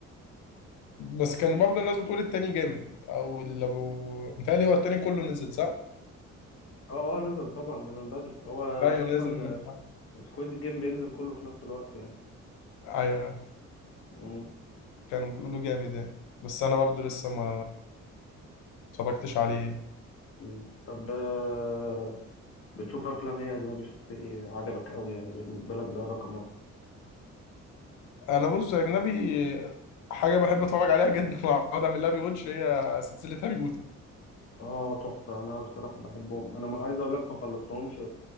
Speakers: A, on the left (about 85°); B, on the left (about 50°).
A: بس كان برضه الناس بتقول التاني جامد أو اللي أبو متهيألي هو التاني كله نزل صح؟
B: اه اه نزل طبعا ده من بدري هو
A: أيوة
B: اصلا
A: نازل من حلقة
B: سكويد جيم بينزل كله في نفس الوقت يعني
A: أيوة
B: مم.
A: كانوا بيقولوا جامد يعني بس أنا برضه لسه ما اتفرجتش عليه
B: مم. طب آه، بتشوف افلام ايه اجنبي شفت ايه عجبك قوي يعني بالنسبه لك ده رقم واحد
A: انا بص اجنبي حاجه بحب اتفرج عليها جدا <laughs> واقعد اعمل لها ريواتش هي سلسله هاري بوتر
B: اه تحفه انا بصراحه بحبهم انا ما عايز اقول لك ما خلصتهمش